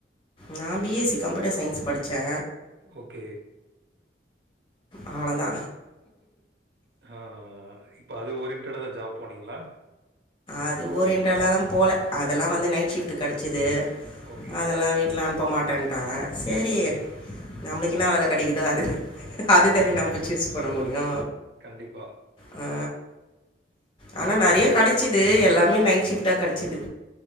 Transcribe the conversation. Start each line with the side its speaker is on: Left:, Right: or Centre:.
Left: நா B S C computer science படிச்சே
Right: ஓகே
Left: அவளந்தா
Right: ஆ இப்போ அது ஓரியன்டட தா ஜாப் போனீங்களா
Left: அது ஓரியன்டடலலா போகல அதெல்லா வந்து நைட் ஷிஃப்டு கெடச்சிது
Right: ஓகே.
Left: அதெல்லா வீட்ல அனுப்ப மாட்டேன்ட்டாங்க சரி
Right: ம்ஹ்ம்.
Left: நம்மளுக்கு என்னா வேல கெடைக்குதோ அது அதுதர
Right: ஆமா.
Left: நம்ம சூஸ் பண்ண முடியு
Right: கண்டிப்பா.
Left: ஆ ஆனா நறைய கடைச்சிது எல்லாம் மே நைட்
Right: ம்.
Left: ஷிஃப்ட்டா கடச்சிது